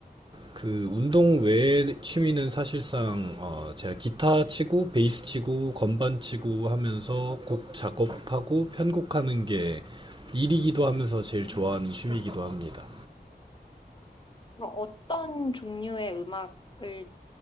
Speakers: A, on the right; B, on the left.
A: 그 운동 외의 취미는 사실상 어, 제가 기타 치고 베이스 치고 건반 치고 하면서 곡 작업하고 편곡하는 게 일이기도 하면서 제일 좋아하는 취미이기도 합니다.
B: 그럼 어떤 종류의 음악을